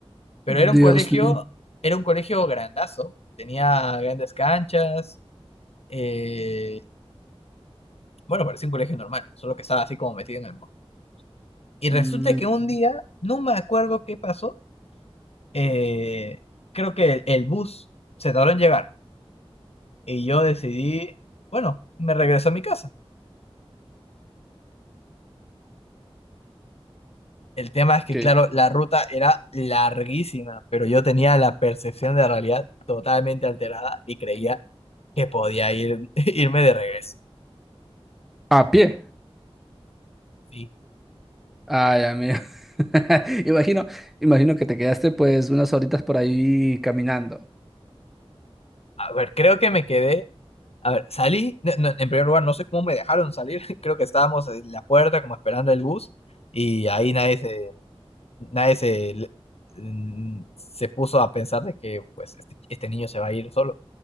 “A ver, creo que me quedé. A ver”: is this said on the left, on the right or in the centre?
Left